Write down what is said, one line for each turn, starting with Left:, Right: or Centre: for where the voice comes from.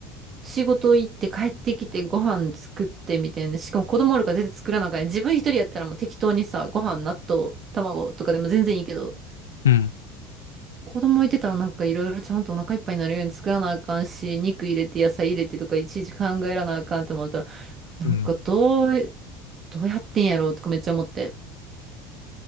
Right: 仕事行って帰ってきてご飯作ってみたいな。しかも子供おるから全然作らなあかんやん。自分一人やったらもう適当にさ、ご飯、納豆、卵とかでも全然いいけど、
Left: うん。
Right: 子供いてたらなんかいろいろちゃんとお腹いっぱいになるように作らなあかんし、肉入れて野菜入れてとかいちいち考えらなあかんって思ったらなんかどう、
Left: うん。
Right: どうやってんやろうとかめっちゃ思って、